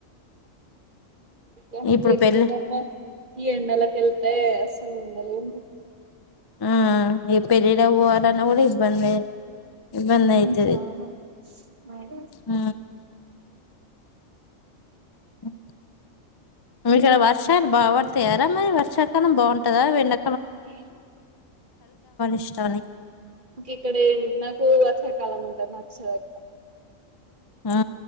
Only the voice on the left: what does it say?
ఇప్పుడు
పెళ్ళి
ఆ ఈ పెరిడ పొవలనా కూడా ఇబ్బందే ఇబందయితది
హ ఆహ్ మీకు ఇక్కడ వర్షాలు బాగుంటాయారా మరి వర్షాకాలం బాగుంటందా వెన్న
ఇష్టానికి
ఆ